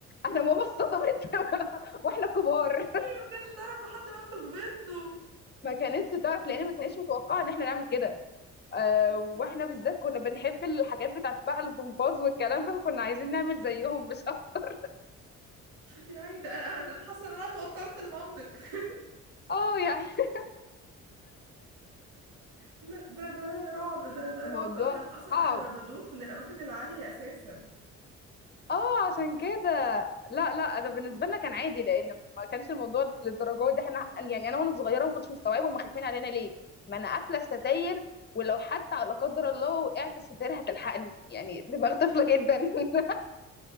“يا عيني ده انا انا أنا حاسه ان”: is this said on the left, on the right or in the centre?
Right